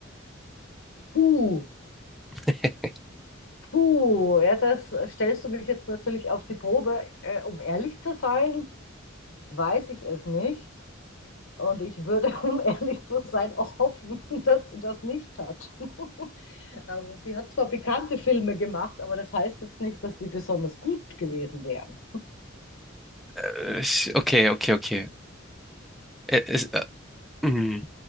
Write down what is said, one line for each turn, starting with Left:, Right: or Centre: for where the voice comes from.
Left: Puh,
Centre: <laughs>
Left: puh, ja, das stellst du mich jetzt natürlich auf die Probe. Äh, um ehrlich zu sein, weiß ich es nicht. Und ich würde, <laughs> um ehrlich zu sein, auch hoffen, <laughs> dass sie das nicht hat. <laughs> Also sie hat zwar bekannte Filme gemacht, aber das heißt jetzt nicht, dass die besonders gut gewesen wären.
Centre: Äh, ich- Okay, okay, okay. Ä- Es, äh, hm.